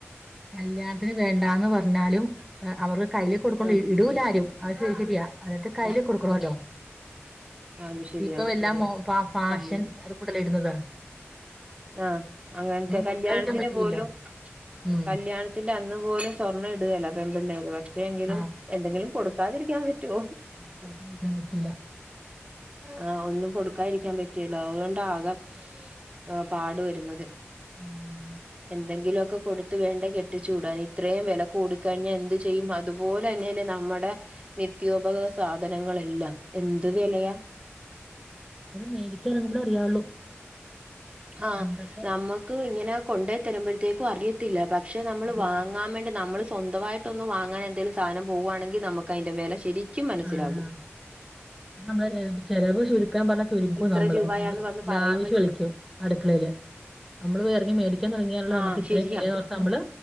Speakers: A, in the centre; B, on the right.
A: കല്യാണത്തിന് വേണ്ടാന്ന് പറഞ്ഞാലും അവർക്ക് കയ്യിൽ കൊടുക്കണം
B: ഉം
A: ഇടൂലാരും അവ ശിക്കയാ അതത് കയ്ൽ
B: ഉം
A: കൊടുക്കണല്ലോ
B: അത് ശരിയാ
A: ഇപ്പം എല്ലാം ഫാഷൻ
B: കാര്യം
A: കൂടല ഇടുന്നതാ
B: ആഹ അങ്ങനത്തെ കല്യാണത്തിന്
A: കൊടുക്കാതിരിക്കാൻ പറ്റില്ലല്ലോ
B: പോലും
A: ഉം
B: കല്യാണത്തിന്റെ അന്ന പോലും സ്വർണ്ണം ഇടുകല്ല പെൺപിള്ളേര്പക്ഷെ എങ്കിലും
A: ആ
B: എന്തെങ്കിലും കൊടുക്ക സാകരിക്കാൻ പറ്റോ
A: <unintelligible> കക്കാൻ പറ്റില്ല
B: ആഹ് ഒന്നും കൊടുക്കായിരിക്കാൻ പറ്റേല അതുകൊണ്ടാകെ ഏ പാടു വരുന്നത്
A: ഉം
B: എന്തെങ്കിലോക്കെ കൊടുത്ത് വേണ്ടെ കെ ട്ടിചൂടാൻ ഇത്രേം വെല കൂടി കഴിഞ്ഞാ എന്ത് ചെയ്യും അതുപോലെ ന്നെല്ലെ നമ്മുടെ നിത്യോപക സാധനങ്ങളല്ലാംഎന്ത് വെലയാ
A: മേടിക്കാ എറങ്ങുമ്പളേ അറിയാവുള്ളൂ
B: ആഹ്
A: പണ്ടൊക്കെ
B: നമ്മക്ക് ഇങ്ങനെ കൊണ്ടേയി തരുമ്പോഴത്തേക്കും അറിയ ത്തില്ല പക്ഷെ നമ്മൾ
A: അറിയത്തില്ല
B: വാങ്ങാൻ വേണ്ടി നമ്മള് സ് സ്വന്തവായിട്ടൊന്ന് വാങ്ങാൻ എന്തേലും സാനം പോവാണെങ്കി നമുക്കയിന്റെ വെല ശരിക്കും മനസ്സിലാവും.
A: ആഹ് നമ്മള് ചെലവ് ചുരുക്കാൻ പറഞ്ഞാ ചുരുക്കോ
B: ഇത്ര
A: നമ്മള്
B: രൂപയാന്ന്
A: നമ്മള്
B: പറഞ്ഞ്
A: ലാവിഷ്
B: പറയുമ്പോഴ്
A: കളിക്കും. അടുക്കളേല് നമ്മള് എറങ്ങി മേടിക്കാൻ തുടങ്ങിയാലൊള്ളൂ
B: ആ
A: നമുക്ക് ഇത്രേം
B: ശരിയാ
A: വെല നമ്മള്